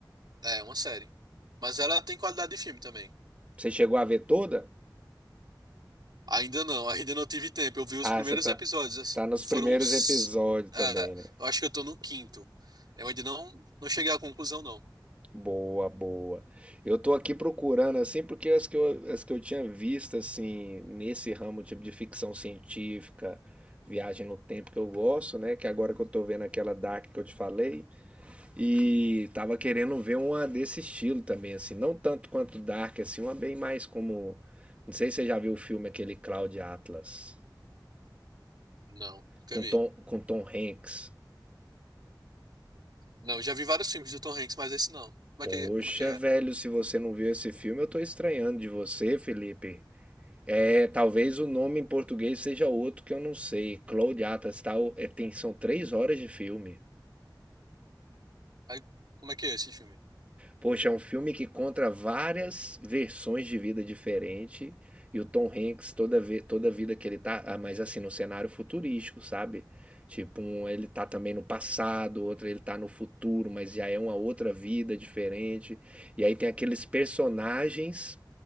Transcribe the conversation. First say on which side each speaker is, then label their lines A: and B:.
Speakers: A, on the right (about 65°); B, on the right (about 15°).
A: É uma série. Mas ela tem qualidade de filme também.
B: Você chegou a ver toda?
A: Ainda não, ainda não tive tempo. Eu vi os
B: Ah,
A: primeiros
B: você tá,
A: episódios. as-
B: tá nos
A: Foram
B: primeiros
A: uns.
B: episódios também,
A: é,
B: né?
A: eu acho que eu tô no quinto. Eu ainda não, não cheguei à conclusão, não.
B: Boa, boa. Eu tô aqui procurando, assim, porque as que eu, as que eu tinha visto, assim, nesse ramo, tipo de ficção científica, viagem no tempo que eu gosto, né? Que agora que eu tô vendo aquela Dark que eu te falei, e tava querendo ver uma desse estilo também, assim, não tanto quanto Dark, assim, uma bem mais como. Não sei se você já viu o filme aquele Cloud Atlas.
A: Não, nunca
B: com
A: vi.
B: Tom, com Tom Hanks.
A: Não, eu já vi vários filmes do Tom Hanks, mas esse não. Como
B: Poxa,
A: é que é? Como é que é?
B: velho, se você não viu esse filme, eu tô estranhando de você, Felipe. É, talvez o nome em português seja outro que eu não sei. Cloud Atlas, tal, é, tem, são três horas de filme.
A: Aí, como é que é esse filme?
B: Poxa, é um filme que conta várias versões de vida diferente e o Tom Hanks toda vez, toda vida que ele tá, ah, mas assim, no cenário futurístico, sabe? Tipo, um, ele tá também no passado, outro ele tá no futuro, mas já é uma outra vida diferente. E aí tem aqueles personagens